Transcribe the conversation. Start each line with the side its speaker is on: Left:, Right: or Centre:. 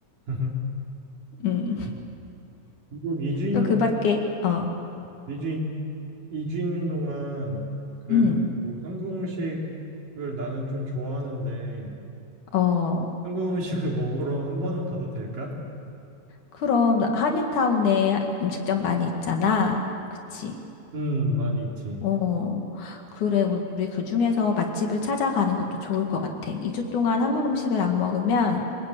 Right: <laughs>
Left: 음.
Right: 미국 2주 있는
Left: 또 그
Right: 동안,
Left: 밖에, 어,
Right: 미주 이 주 있는 동안 그래도
Left: 음,
Right: 뭐 한국 음식을 나는 좀 좋아하는데,
Left: 어,
Right: 한국 음식을 먹으러 한 번은 가도 될까?
Left: 그럼, 한인타운에 음식점 많이 있잖아. 그치?
Right: 음, 많이 있지.
Left: 어, 그래. 우리 그 중에서 맛집을 찾아가는 것도 좋을 것 같아. 2주 동안 한국 음식을 안 먹으면